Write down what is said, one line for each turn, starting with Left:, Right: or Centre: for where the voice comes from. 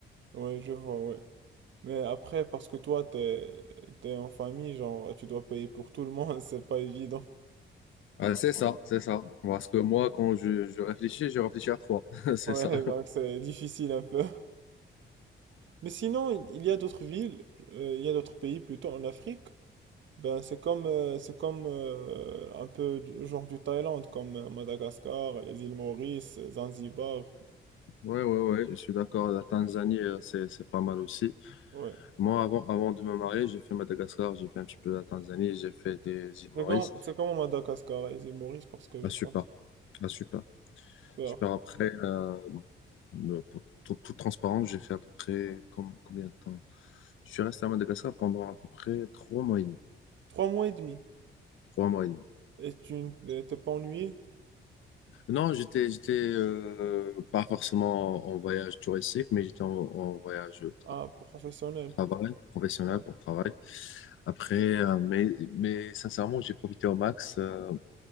Right: Ouais, je vois, ouais. Mais après, parce que toi, t'es, t'es en famille, genre, tu dois payer pour tout le monde, <laughs> c'est pas évident.
Left: Euh, c'est ça, c'est ça. Parce que moi, quand je, je réfléchis, je réfléchis à trois. <laughs> C'est
Right: Ouais,
Left: ça.
Right: donc c'est difficile un peu. Mais sinon, il y a d'autres villes, euh, il y a d'autres pays plutôt en Afrique Ben, c'est comme, euh, c'est comme euh, un peu du genre du Thaïlande, comme euh, Madagascar, les îles Maurice, euh, Zanzibar.
Left: Ouais, ouais, ouais, je suis d'accord. La Tanzanie, euh, c'est, c'est pas mal aussi.
Right: Ouais.
Left: Moi, avant, avant de me marier, j'ai fait Madagascar, j'ai fait un petit peu la Tanzanie, j'ai fait des îles Maurice.
Right: C'est comme, c'est comme Madagascar et les îles Maurice parce que je
Left: Ah, super.
Right: compte
Left: Ah, super.
Right: faire
Left: Super. Après, euh, euh, pour tout- toute transparence, j'ai fait à peu près com- combien de temps? Je suis resté à Madagascar pendant à peu près trois mois et demi.
Right: trois mois et demi.
Left: Trois mois et demi.
Right: Et tu n- euh, t'es pas ennuyé?
Left: Non, j'étais, j'étais euh, pas forcément en voyage touristique, mais j'étais en, en voyage de
Right: Ah, professionnel.
Left: travail, professionnel
Right: Ouais.
Left: pour travail. Après, euh, mais, mais sincèrement, j'ai profité au max. Euh,